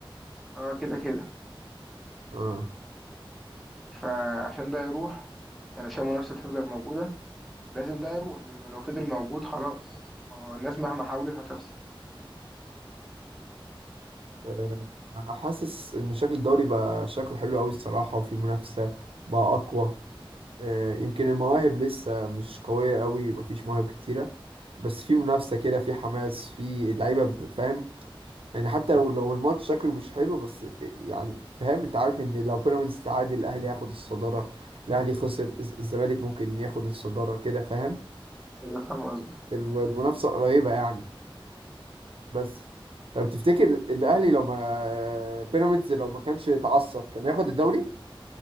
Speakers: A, in the centre; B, on the right.
A: اه كده كده
B: اه
A: فعشان ده يروح يعني عشان المنافسة تفضل موجودة لازم ده يروح لأنه لو فضل موجود خلاص ما هو الناس مهما حاولت هتخسر
B: آه، انا حاسس ان شكل الدوري بقى شكله حلو قوي الصراحه وفي منافسه بقى اقوى آه، يمكن المواهب لسه مش قويه قوي مفيش مواهب كتيره بس في منافسه كده في حماس في اللعيبه ب- فاهم يعني حتى لو لو الماتش شكله مش حلو بس يعني فاهم انت عارف ان لو بيراميدز تعادل الاهلي هياخد الصداره الاهلي خسر الز- الزمالك ممكن ياخد الصداره كده فاهم
A: أيوة فاهم قصدي
B: الو- المنافسه قريبه يعني بس طب تفتكر الاهلي لو ما بيراميدز لو ما كانش اتعثر كان ياخد الدوري